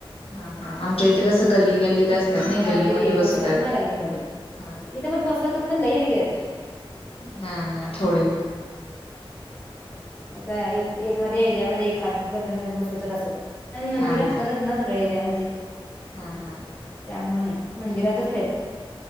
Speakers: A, on the left (about 80°); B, on the left (about 15°).
A: हा हा आमच्या इथे कसं
B: असतय
A: गल्ली गल्लीत असतात ना
B: हा
A: गल्लीमध्ये
B: ते देवी
A: बसवतात.
B: बसतात ना गल्लीमध्ये.
A: होय.
B: इथे पण बसवतात पण लई रेअर आहे.
A: हा, हा. थोडे.
B: आता एक एखाद्या एरियामध्ये एखादं बसवतात असं पण मंदिर
A: हा हा
B: असतातच ना, सगळ्या एरियामध्ये.
A: हा हा.
B: त्यामुळं नाही मंदिरातच खेळतात